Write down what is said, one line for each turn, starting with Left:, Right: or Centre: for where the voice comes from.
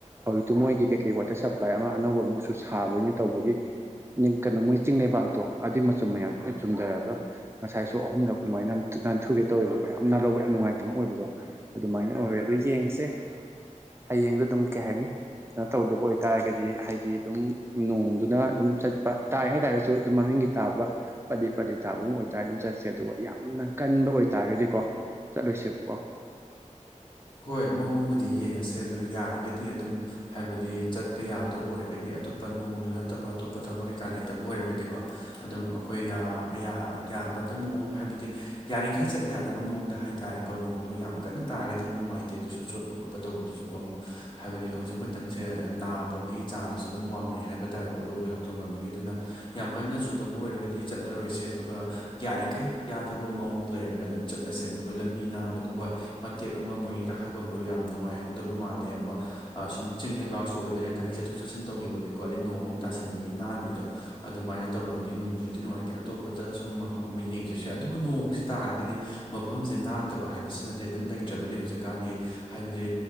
Right: ꯍꯧꯖꯤꯛꯇꯤ ꯃꯣꯏꯒꯤ ꯀꯩꯀꯩ ꯋꯥꯇꯔ ꯁꯄ꯭ꯂꯥꯏ ꯑꯃ ꯑꯅꯧꯕ ꯑꯃꯨꯛꯁꯨ ꯁꯥꯕꯅꯤꯅ ꯇꯧꯕꯒꯤ ꯅꯤꯡ ꯀꯩꯅꯣ ꯃꯣꯏ ꯆꯤꯡ ꯂꯩꯕꯥꯛꯇꯣ ꯑꯗꯨꯏ ꯃꯆꯨꯝ ꯃꯌꯥꯝ ꯆꯨꯝꯗꯔꯒ ꯉꯁꯥꯏꯁꯨ ꯑꯍꯨꯝꯂꯛ ꯑꯗꯨꯃꯥꯏꯅ ꯌꯥꯝ ꯅꯥꯟꯊꯨꯒꯦ ꯇꯧꯋꯦꯕꯀꯣ ꯌꯥꯝꯅ ꯅꯥꯜꯂꯧꯕ ꯌꯥꯝ ꯅꯨꯡꯉꯥꯏꯇꯕ ꯑꯣꯏꯕꯗꯣ ꯑꯗꯨꯃꯥꯏꯅ ꯍꯣꯏ ꯑꯗꯣ ꯌꯦꯡꯁꯦ ꯍꯌꯦꯡꯗꯣ ꯑꯗꯨꯝ ꯀꯩ ꯍꯥꯏꯅꯤ ꯀꯩꯅꯣ ꯇꯧꯗꯕ ꯑꯣꯏꯇꯥꯔꯒꯗꯤ ꯍꯥꯏꯗꯤ ꯑꯗꯨꯝ ꯅꯣꯡꯗꯨꯅ ꯑꯗꯨꯝ ꯆꯠꯄ ꯇꯥꯏ ꯍꯥꯏꯇꯥꯔꯁꯨ ꯑꯗꯨꯝ ꯃꯃꯤꯡꯒꯤ ꯇꯥꯕ ꯄꯠꯂꯤ ꯄꯠꯂꯤ ꯇꯥꯒꯨꯝ ꯑꯣꯏꯇꯥꯔꯗꯤ ꯑꯗꯨꯝ ꯆꯠ ꯆꯠꯁꯦ ꯑꯗꯨꯒ ꯌꯥꯝꯅ ꯀꯟꯕ ꯑꯣꯏꯇꯥꯥꯔꯒꯗꯤꯀꯣ ꯆꯠꯂꯣꯏꯁꯦꯕꯀꯣ
Left: ꯍꯣꯏ ꯃꯑꯣꯡꯕꯨꯗꯤ ꯌꯦꯡꯉꯁꯦ ꯑꯗꯣ ꯌꯥꯔꯒꯗꯤ ꯑꯗꯨꯝ ꯍꯥꯏꯕꯗꯤ ꯆꯠꯄ ꯌꯥꯗꯕ ꯑꯣꯏꯔꯒꯗꯤ ꯑꯇꯣꯞꯄ ꯅꯣꯡꯗꯨ ꯅꯠꯇꯕ ꯑꯇꯣꯞꯄ ꯊꯕꯛ ꯀꯩꯀꯥ ꯂꯩꯇꯕ ꯑꯣꯏꯔꯒꯗꯤꯀꯣ ꯑꯗꯨꯝ ꯑꯩꯈꯣꯏ ꯌꯥꯕ ꯌꯥ ꯌꯥꯕꯗ ꯃꯑꯣꯡ ꯍꯥꯏꯕꯗꯤ ꯌꯥꯔꯤꯈꯩ ꯆꯠ ꯌꯥꯅꯕ ꯃꯑꯣꯡꯗ ꯍꯥꯏꯇꯥꯥꯔꯦ ꯀꯣ ꯅꯣꯡꯗꯨ ꯌꯥꯝ ꯀꯟꯅ ꯇꯥꯔꯒꯗꯤ ꯨꯑꯃꯨꯛ ꯅꯨꯡꯉꯥꯏꯇꯦ ꯑꯗꯨꯁꯨ ꯆꯣꯠꯄ ꯈꯣꯠꯄ ꯇꯧꯕꯗꯨꯁꯨꯀꯣ ꯑꯃꯨꯛ ꯍꯥꯏꯕꯗꯤ ꯍꯧꯖꯤꯛ ꯃꯇꯝꯁꯦ ꯅꯥꯕꯒꯤ ꯆꯥꯟꯁꯇꯣ ꯑꯗꯨꯝ ꯋꯥꯡꯅꯩ ꯍꯥꯏꯕ ꯇꯥꯔꯦꯀꯣ ꯂꯣꯛ ꯂꯥꯏꯍꯥꯎ ꯇꯧꯅꯕꯒꯤ ꯑꯗꯨꯅ ꯌꯥꯝ ꯀꯟꯅ ꯆꯨꯗꯕ ꯑꯣꯏꯔꯒꯗꯤ ꯆꯠꯂꯔꯣꯏꯁꯦ ꯑꯗꯨꯒ ꯌꯥꯔꯤꯈꯩ ꯌꯥꯗꯧꯕ ꯃꯑꯣꯡꯗꯣ ꯂꯩꯔꯒꯅ ꯑꯗꯨꯝ ꯆꯠꯂꯁꯦ ꯑꯗꯨꯒ ꯂꯝꯕꯤ ꯅꯥꯟꯕꯗꯣ ꯍꯣꯏ ꯇꯦꯛ ꯑꯃ ꯃꯣꯏꯒꯤ ꯀꯥꯈꯠꯄꯝꯗꯨ ꯌꯥꯝꯅ ꯅꯨꯡꯉꯥꯏꯍꯧꯗꯕ ꯃꯥꯂꯦ ꯑꯃ ꯁꯨꯝ ꯆꯤꯡ ꯂꯩꯕꯥꯛꯁꯨ ꯑꯣꯏꯕꯅꯤꯅ ꯒꯥꯔꯤ ꯆꯠꯊꯣꯛ ꯆꯠꯁꯤꯟ ꯇꯧꯈꯤꯕꯒꯤꯀꯣ ꯑꯗꯗꯒꯤ ꯅꯣꯡꯃꯨꯛ ꯇꯥꯁꯟꯕꯒꯤ ꯅꯥꯟꯕꯤꯗꯣ ꯑꯗꯨꯃꯥꯏꯅ ꯇꯧꯔꯒꯗꯤ ꯅꯨꯡꯕꯗꯤ ꯅꯨꯡꯉꯥꯏꯇꯦ ꯑꯇꯣꯞꯄꯗ ꯁꯨꯝ ꯃꯐꯝ ꯑꯃ ꯌꯦꯡꯖꯁꯦ ꯑꯗꯨꯕꯨ ꯅꯣꯡꯖꯤ ꯇꯥꯔꯒꯗꯤ ꯃꯐꯝꯖꯦ ꯅꯥꯟꯗꯕ ꯍꯥꯏꯕꯁꯤꯃꯗꯤ ꯑꯗꯨꯝ ꯂꯩꯇ꯭ꯔꯕꯅꯦ ꯍꯧꯖꯤꯛꯀꯥꯟꯗꯤ ꯍꯥꯏꯕꯗꯤ